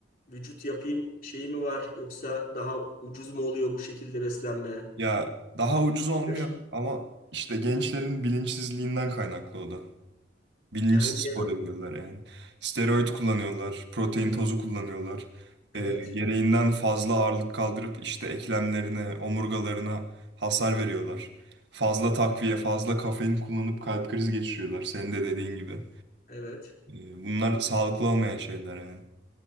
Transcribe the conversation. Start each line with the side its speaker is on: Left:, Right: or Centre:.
Left: vücut yapayım şeyi mi var yoksa daha ucuz mu oluyor bu şekilde beslenme?
Right: Ya daha ucuz olmuyor
Left: Nedir?
Right: ama işte gençlerin bilinçsizliğinden kaynaklı o da. Bilinçsiz
Left: Yani bir
Right: spor
Left: yer
Right: yapıyorlar yani. Steroid kullanıyorlar, protein tozu kullanıyorlar. Ee,
Left: evet.
Right: gereğinden fazla ağırlık kaldırıp işte eklemlerine, omurgalarına hasar veriyorlar. Fazla takviye, fazla kafein kullanıp kalp krizi geçiriyorlar. Senin de dediğin gibi.
Left: Evet.
Right: Ee, bunlar sağlıklı olmayan şeyler yani.